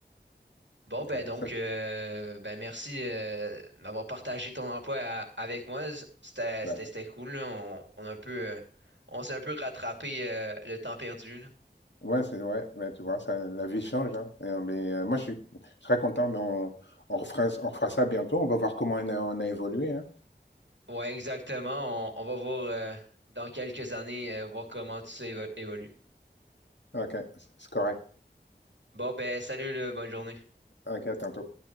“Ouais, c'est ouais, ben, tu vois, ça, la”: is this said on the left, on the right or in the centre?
Left